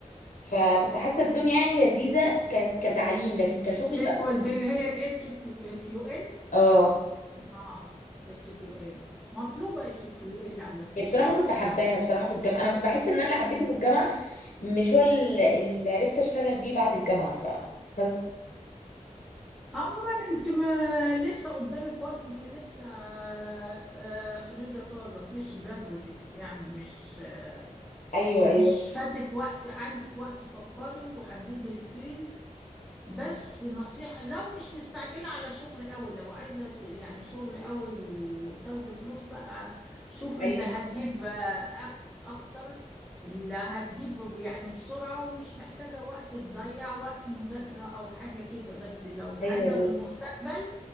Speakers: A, on the left; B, in the centre.
A: فكنت حاسه الدنيا يعني لذيذه ك- كتعليم لكن كشغل
B: سيكوال
A: لا.
B: دي اللي هي الاس كيو ال
A: اه
B: اه اس كيو ال مطلوبة اس كيو ال على فكرة
A: يعني بصراحه
B: في
A: كنت حباها
B: مصر
A: بصراحه في الجامعه انا كنت بحس ان انا اللي حبيته في الجامعه مش هو ال- اللي عرفت اشتغل بيه بعد الجامعه ف بس
B: عموما انت ما لسه قدامك وقت انت لسه آه، آه، خريجة طازة فريش جرادويتد يعني مش آه،
A: ايوه
B: مش
A: ايوه
B: فاتك وقت عندك وقت فكري وحددي الفيلد بس نصيحة لو مش مستعجلة على شغل قوي لو عايزة ش- يعني شغل قوي وتاخدي فلوس بقى شوفي اللي
A: ايوه
B: هتجيب أك أكتر اللي هتجيب يعني بسرعة ومش محتاجة وقت تضيع وقت مذاكرة أو حاجة كده بس لو
A: ايوه
B: حاجة
A: ايوه
B: للمستقبل